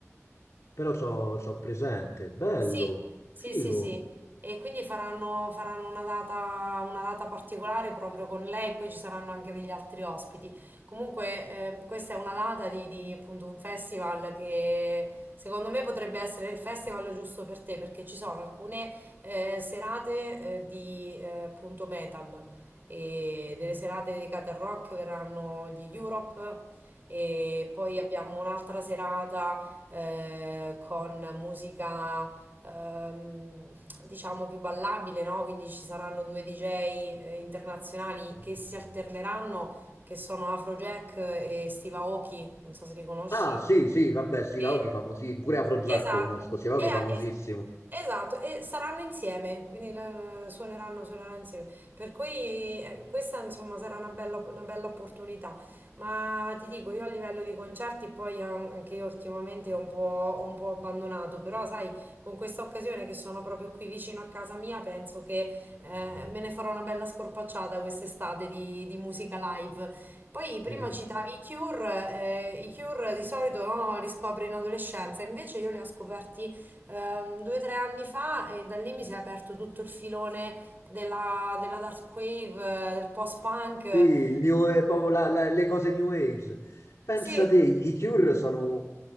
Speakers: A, on the left; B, on the right.
A: però so, so presente. Bello,
B: Sì, sì,
A: figo.
B: sì, sì. E quindi faranno, faranno una data, una data particolare proprio con lei, poi ci saranno anche degli altri ospiti. Comunque, ehm, questa è una data di, di, appunto un festival che secondo me potrebbe essere il festival giusto per te, perché ci sono alcune eh, serate eh, di eh, appunto metal e delle serate dedicate al rock verranno gli Europe e poi abbiamo un'altra serata eh, con musica ehm, diciamo più ballabile, no? Quindi ci saranno due DJ eh, internazionali che si alterneranno, che sono Afrojack e Steve Aoki, non so se li conosci,
A: Ah, sì, sì, vabbè, Sivaochi
B: e,
A: famosissimo. Pure Afrojack
B: esatto,
A: conosco, Sivaochi
B: e, a-
A: famosissimo.
B: es- esatto, e saranno insieme, quindi la- la- suoneranno, suoneranno insieme. Per cui eh, questa insomma sarà una bella, una bella opportunità. Ma ti dico, io a livello di concerti poi an- anche io ultimamente ho un po', ho un po' abbandonato, però sai, con questa occasione che sono proprio qui vicino a casa mia, penso che eh, me ne farò una bella scorpacciata quest'estate di, di musica live. Poi prima
A: Sì.
B: citavi i Cure, eh, i Cure di solito no, li scopri in adolescenza, invece io li ho scoperti ehm, due o tre anni fa e da lì mi si è aperto tutto il filone della, della dark wave, eh, del post-punk. eh,
A: Sì, il new- è proprio la- la- le cose New Age. Pensa
B: sì,
A: te, i Cure sono